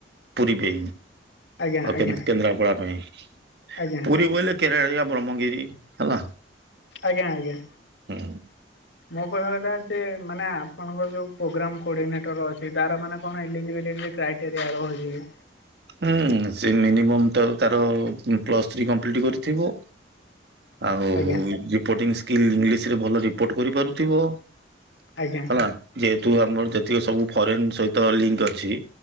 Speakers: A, on the right (about 60°); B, on the left (about 75°).
A: ପୁରୀ ପାଇଁ। ଆଉ
B: ଆଜ୍ଞା ଆଜ୍ଞା
A: କେ କେନ୍ଦ୍ରାପଡା ପାଇଁ।
B: ଆଜ୍ଞା।
A: ପୁରୀ ବୋଇଲେ କେରେଳିଆ ବ୍ରହ୍ମଗିରି ହେଲା।
B: ଆଜ୍ଞା ଆଜ୍ଞା।
A: ହୁଁ।
B: ମୋ କହିବା କଥା ଯେ ମାନେ ଆପଣଙ୍କର ଯଉ ପୋଗ୍ରାମ କୋର୍ଡିନେଟର ଅଛି ତାର ମାନେ କଣ ଏଲିଜିବିଲିଟି କ୍ରାଇଟେରିଆ ରହୁଜି ଗି।
A: ହୁଁ ସେ ମିନିମମ୍ ତ ତାର ପ୍ଲସ୍ ଥ୍ରୀ କମ୍ପ୍ଲିଟ କରିଥିବ। ଆଉ
B: ଆଜ୍ଞା
A: ରିପୋର୍ଟିଂ ସ୍କିଲ୍ ଇଂଲିଶ ରେ ଭଲ ରିପୋର୍ଟ କରିପାରୁଥିବ।
B: ଆଜ୍ଞା
A: ହେଲା ଯେହେତୁ ଆମର ଯେତିକି ସବୁ ଫରେନ ସହିତ ଲିଙ୍କ ଅଛି।